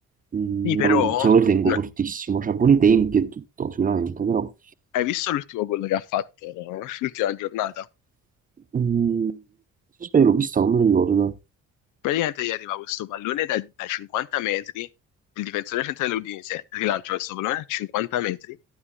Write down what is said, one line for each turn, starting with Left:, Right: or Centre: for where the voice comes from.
Right: Mm,
Left: Sì,
Right: Non,
Left: però
Right: lo non lo ritengo
Left: no,
Right: fortissimo, c'ha buoni tempi e tutto, sicuramente, però...
Left: hai visto l'ultimo gol che ha fatto, no? <laughs> L'ultima giornata?
Right: Mm, se sbaglio l'ho vista, non me lo ricordo.
Left: Praticamente gli arriva questo pallone da, da 50 metri, il difensore centrale dell'Udinese rilancia questo pallone a 50 metri,